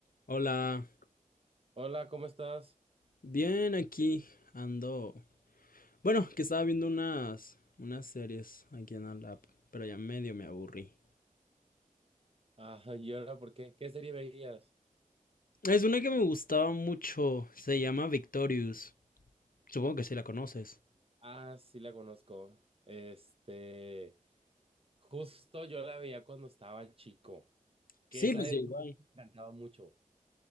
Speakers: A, on the left; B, on the right.
A: Hola,
B: Hola, ¿cómo estás?
A: bien aquí ando. Bueno, que estaba viendo unas unas series aquí en la lap, pero ya medio me aburrí.
B: Ah, <laughs> ¿y ahora por qué? ¿Qué serie veías?
A: Es una que me gustaba mucho, se llama Victorious. Supongo que sí la conoces.
B: Ah, sí la conozco. Este, justo yo la veía cuando estaba chico,
A: Sí,
B: que esa
A: pues
B: es-
A: sí, igual.
B: me encantaba mucho.